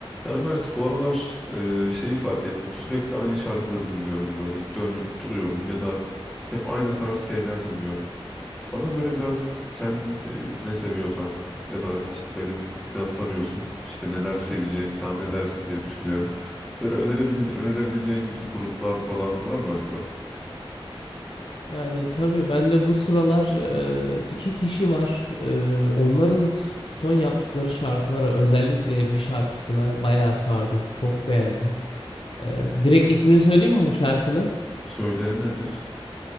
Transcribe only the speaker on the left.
Yani tabii ben de bu sıralar e, iki kişi var. E, onların s- son yaptıkları şarkılara özellikle bir şarkısına bayağı sardım. Çok beğendim. E, direkt ismini söyleyeyim mi bu şarkının?